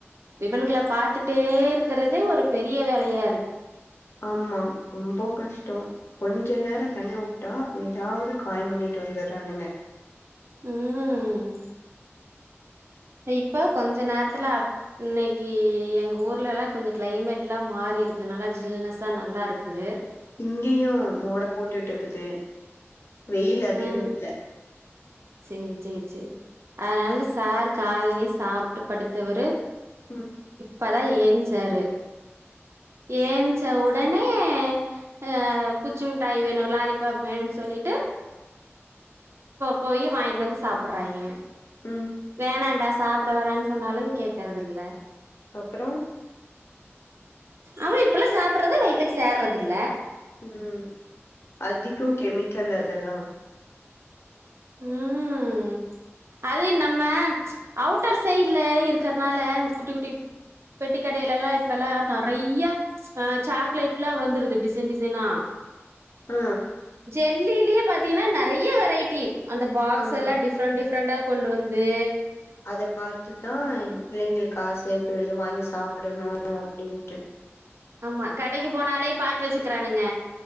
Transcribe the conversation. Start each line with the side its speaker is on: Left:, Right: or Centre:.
Right: இவன்கள பாத்துட்டே இருக்கறதே ஒரு பெரிய வேலயா இருக்குது
Left: ஆமா ரொம்போ கஷ்டோ கொஞ்சோ நேரோ தனிய விட்டா ஏதாவது காயோ பண்ணிட்டு வந்துறானுங்க
Right: ம் இப்ப கொஞ்ச நேரத்துல அப் இன்னிக்கு எங்க ஊர்லலா கொஞ்சோ கிளைமேட்லா மாரி இருக்கு நல்லா ஜில்னஸ்ஸா நல்லாருக்கு
Left: இங்கெயு மோடம் போட்டுட்டு இக்குது வெயில் அதிகோ
Right: ம்
Left: இல்ல
Right: சேரி சேரி சேரி அதனால சார் கால்லயே சாப்ட்டு படுத்தவரு
Left: ம்
Right: இப்பதா ஏஞ்ச்சாரு ஏஞ்ச உடனே அ குச்சி முட்டாய் வேணு லாலிபாப் வேணுனு சொல்லிட்டு போயி வாங்கிட்டு வந்து சாப்பட்றாய்ங்க
Left: ம்
Right: வேணாடா சாப்ட வேனான்னு சொன்னாலு கேக்குறது இல்ல
Left: அப்றோ
Right: அவ இப்ட்லா சாப்பட்றத வயித்துக்கு சேர்றது இல்ல
Left: ம் அதிக கெமிக்கல் அதெல்லா
Right: ம் அது நம்ப அவுட்டர் சைட்ல இருக்கறனால குட்டி குட்டி பெட்டிக்கடையிலலா இப்பெல்லா நெறையா ஆ சாக்லேட்லா வந்துருது டிசைன் டிசைனா
Left: ஆ
Right: ஜெல்லிலே பாத்தீங்கன்னா நெறையா வெரைட்டி அந்த பாக்ஸ்
Left: ஆமா
Right: எல்லா டிஃப்ரெண்ட் டிஃப்ரெண்டா கொண்டு வந்து
Left: அத பாத்துதா பிள்ளைங்களுக்கு ஆச இப்போ இத வாங்கி சாப்டனு அப்டின்ட்டு
Right: ஆமா கடைக்கு போனாலே பாத்து வச்சுக்கறானுங்க